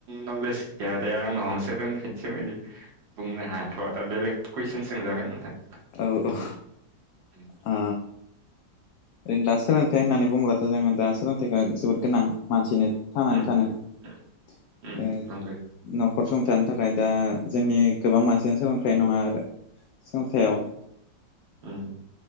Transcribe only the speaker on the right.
नलेस गैया दे आंनाव <unintelligible> बुंनो हाथ'आ दा बेलेग कुइसन सोंजागोन नोंथां।
उम
उम
उम
उम नंगौ
ओम।